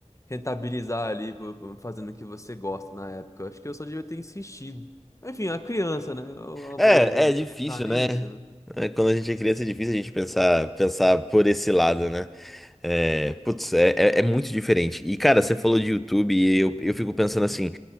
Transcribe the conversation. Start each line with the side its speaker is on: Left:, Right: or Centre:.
Left: rentabilizar ali, pô, pô, fazendo o que você gosta na época. Acho que eu só devia ter insistido. Enfim, a criança, né? Eu, eu
Centre: É,
Left: vou, vou
Centre: é difícil,
Left: pensar nisso,
Centre: né?
Left: né?
Centre: É, Quando a gente é criança é difícil a gente pensar, pensar por esse lado, né? É, putz, é, é, é muito diferente. E, cara, você falou de YouTube e eu, eu fico pensando assim,